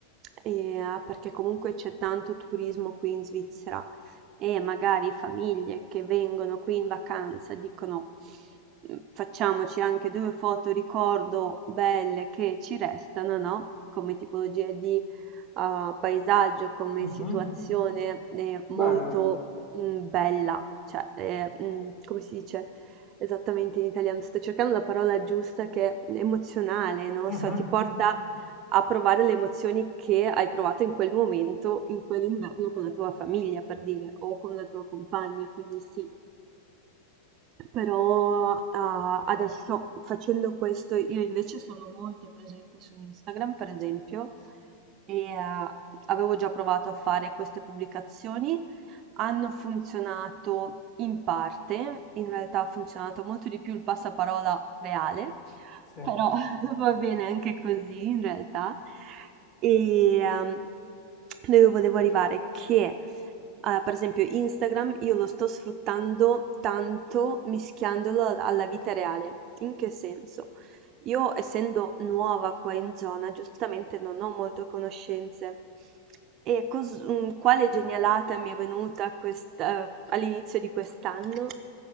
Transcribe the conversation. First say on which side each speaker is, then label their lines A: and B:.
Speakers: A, on the right; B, on the left.
A: eh, perché comunque c'è tanto turismo qui in Svizzera e magari famiglie che vengono qui in vacanza dicono "Mm, facciamoci anche due foto ricordo belle che ci restano, no? Come tipologia di eh, paesaggio, come
B: Mhm,
A: situazione eh, molto
B: Bello.
A: mm, bella, cioè eh, mm, come si dice? Esattamente in italiano, sto cercando la parola giusta che è emozionale, non lo
B: Mhm,
A: so, ti porta a provare le emozioni che hai provato in quel momento, in quell'inverno con la tua famiglia, per dire, o con la tua compagna, quindi sì. Però, uhm, adesso facendo questo io invece sono molto presente su Instagram, per esempio, e, uhm, avevo già provato a fare queste pubblicazioni. Hanno funzionato in parte, in realtà ha funzionato molto di più il passaparola reale,
B: Sì,
A: però <laughs> va bene anche così in realtà. E, uhm, dove volevo arrivare? Che Ah, per esempio Instagram io lo sto sfruttando tanto mischiandolo alla vita reale. In che senso? Io, essendo nuova qua in zona, giustamente non ho molte conoscenze. E cos- mm, quale genialata mi è venuta questa- all'inizio di quest'anno?